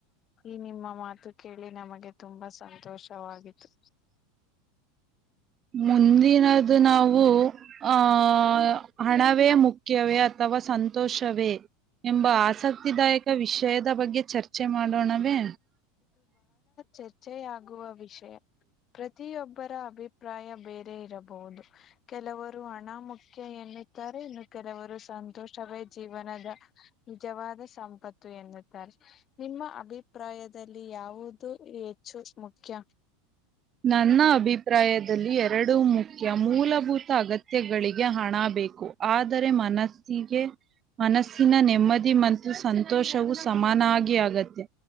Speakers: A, on the left; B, on the right.
A: ಈ ನಿಮ್ಮ ಮಾತು ಕೇಳಿ ನಮಗೆ ತುಂಬಾ ಸಂತೋಷವಾಯ್ತು
B: ಮುಂದಿನದು ನಾವು ಆಹ ಹಣವೇ ಮುಖ್ಯವೇ ಅಥವಾ ಸಂತ ಸಂತೋಷವೇ ಎಂಬ ಆಸಕ್ತಿದಾಯಕ ವಿಷಯದ ಬಗ್ಗೆ ಚರ್ಚೆ ಮಾಡೋಣವೇ
A: ಚರ್ಚೆೆಯಾಗುವ ವಿಷಯ ಪ್ರತಿಯೊಬ್ಬರ ಅಭಿಪ್ರಾಯ ಬೇರೆ ಇರಬಹುದು ಕೆಲವರು ಹಣ ಮುುಖ್ಯ ಎ ಎನ್ನುತ್ತಾರೆ ಇನ್ನು ಕೆಲವರು ಸಂತೋಷವೇ ಜೀವನದ ನಿಜವಾದ ಸಂಪತ್ತು ಎನ್ನುತ್ತಾರೆ ನಿಮ್ಮ ಅಭಿಪ್ರಾಯದ ದಲ್ಲಿ ಯಾವುದು ಹೆಚ್ಚು ಮುಖ್ಯ
B: ನನ್ನ ಅಭಿಪ್ರಾಯದಲ್ಲಿ ಎರಡು ಮುಖ್ಯ ಮೂಲಭೂತ ಅಗತ್ಯ ಗಳಿಗೆ ಹಣ ಬೇಕು ಆದರೆ ಮನಸ್ಸಿಗೆ ಮನಸ್ಸಿನ ನೆಮ್ಮದಿ ಮತ್ತು ಸಂತೋಷವು ಸಮಾನ ಆಗಿ ಆಗತೇ